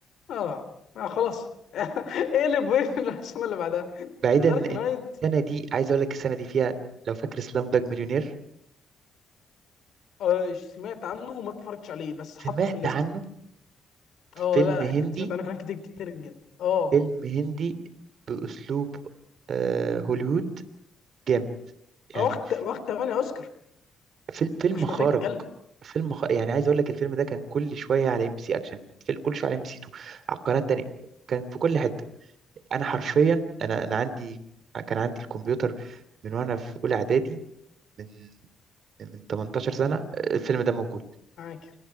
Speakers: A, on the left (about 70°); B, on the right (about 60°).
A: اه آه، خلاص <laughs> اقلب وين السنه اللي بعدها
B: بعيدا
A: ذا دارك
B: إن
A: نايت
B: السنة دي عايز اقول لك السنة دي فيها لو فاكر سلام داج مليونير
A: آه سمعت عنه وما اتفرجتش عليه بس حطه
B: سمعت
A: في الليسته
B: عنه
A: اه
B: فيلم
A: لا
B: هندي
A: لا كنت سمعت عنه كلام كتير كتير جدا اه
B: فيلم هندي بأسلوب آه، هوليوود جامد
A: آه،
B: يعني
A: واخد واخد 8 اوسكار
B: فيل- فيلم
A: مش
B: خارق
A: محتاج تتكلم
B: فيلم خ... يعني عايز اقول لك الفيلم ده كان كل شويه على ام بي سي اكشن في كل شويه على ام بي سي 2 على القناه التانيه كان في كل حته انا حرفيا انا انا عندي كان عندي الكمبيوتر من وانا في اولى اعدادي من من 18 سنه الفيلم ده موجود
A: معاك